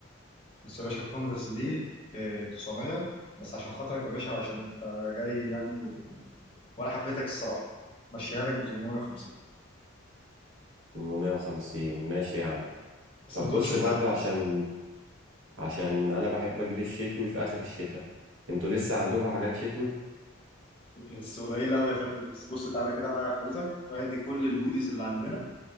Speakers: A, on the left; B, on the right.
A: بس يا باشا الكونفرس دي آه، 900 بس عشان خاطرك يا باشا وعشان انت جاي يعني و... وانا حبيتك الصراحه مشيها لك ب 850
B: 850 ماشي يا عم
A: بس
B: طب
A: ما تقولش
B: بص
A: لحد
B: برضو عشان
A: بس
B: عشان انا بحب اجيب الشتوي في اخر الشتاء انتوا لسه عندكم حاجات شتوي
A: بس قليل قوي يا فندم بس بص تعالى كده معايا حضرتك وادي كل الهوديز اللي عندنا